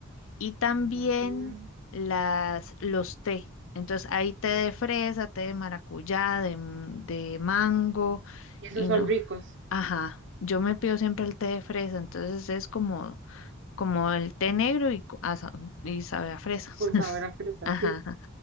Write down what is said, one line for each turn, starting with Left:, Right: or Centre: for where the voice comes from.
Left: y también
Right: Ajá.
Left: las, los té. Entonces hay té de fresa, té de maracuyá, de, m- de mango
Right: Y esos
Left: y
Right: son
Left: no.
Right: ricos,
Left: Ajá, yo me pido siempre el té de fresa, entonces es como, como el té negro y, co- a sa- y sabe a fresa.
Right: con
Left: <laughs>
Right: sabor a fruta,
Left: Ajá,
Right: sí.
Left: ajá.